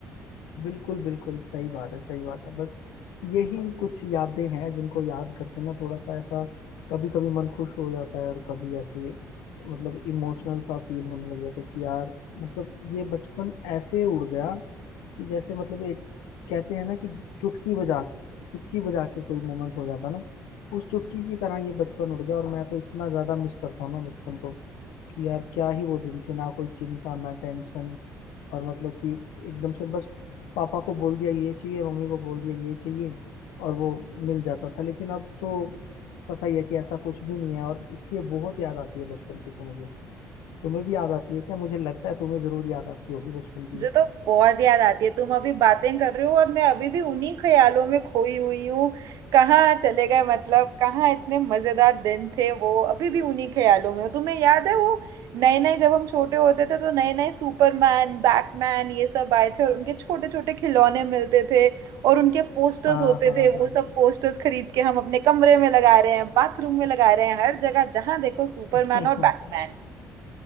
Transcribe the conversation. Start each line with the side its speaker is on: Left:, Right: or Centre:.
Left: बिल्कुल बिल्कुल सही बात है सही बात है बस यही कुछ यादें हैं जिनको याद करके ना थोड़ा सा ऐसा कभी कभी मन खुश हो जाता है और कभी ऐसे मतलब इमोशनल सा फील होने लग जाता है कि यार मतलब ये बचपन ऐसे उड़ गया कि जैसे मतलब एक कहते हैं ना कि चुटकी बजा चुटकी बजा के कोई मोमेंट हो जाता ना उस चुटकी की तरह ये बचपन उड़ गया और मैं तो इतना ज्यादा मिस करता हूँ ना बचपन को कि यार क्या ही वो दिन थे ना कोई चिंता ना टेंशन और मतलब कि एकदम से बस पापा को बोल दिया ये चाहिए मम्मी को बोल दिया ये चाहिए और वो मिल जाता था लेकिन अब तो पता ही है कि ऐसा कुछ भी नहीं है और इसलिए बहुत याद आती है बचपन की तो मुझे तुम्हें भी याद आती है क्या मुझे लगता है तुम्हें जरूर याद आती होगी बचपन की
Right: मुझे तो बहुत याद आती है तुम अभी बातें कर रहे हो और मैं अभी भी उन्हीं ख्यालों में खोई हुई हूँ कहाँ चले गए मतलब कहाँ इतने मजेदार दिन थे वो अभी भी उन्हीं ख्यालों में हूँ तुम्हें याद है वो नए नए जब हम छोटे होते थे तो नए नए सुपरमैन बैटमैन ये सब आए थे और उनके छोटे छोटे खिलौने मिलते थे और उनके पोस्टर्स
Left: हाँ
Right: होते
Left: हाँ
Right: थे वो सब पोस्टर्स खरीद के हम अपने कमरे में लगा रहे हैं बाथरूम में लगा रहे हैं हर जगह जहाँ देखो सुपरमैन
Left: हाँ
Right: और बैटमैन
Left: <laughs>